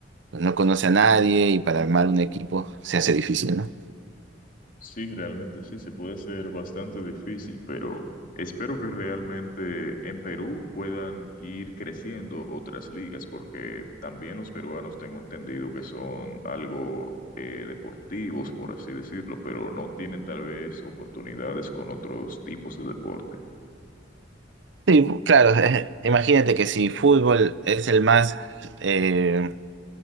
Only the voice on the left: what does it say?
Sí, realmente sí, se puede hacer bastante difícil, pero espero que realmente en Perú puedan ir creciendo otras ligas, porque también los peruanos tengo entendido que son algo eh, deportivos, por así decirlo, pero no tienen tal vez oportunidades con otros tipos de deporte.